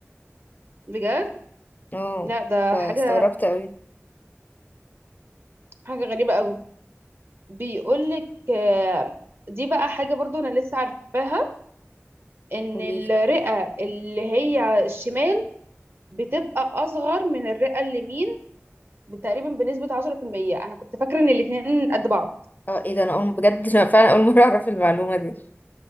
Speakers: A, on the right; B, on the left.
A: بجد
B: اه
A: لا ده
B: فاستغربت
A: حاجة
B: قوي
A: حاجة غريبة قوي بيقولك آه، دي بقى حاجة برضو انا لسه عارفاها ان
B: قوليلي
A: الرئة اللي هي الشمال بتبقى اصغر من الرئة اليمين تقريبا بنسبة 10% انا كنت فاكرة ان الاتنين قد بعض
B: اه ايه ده انا اول بجد انا فعلا اول مرة اعرف المعلومة دي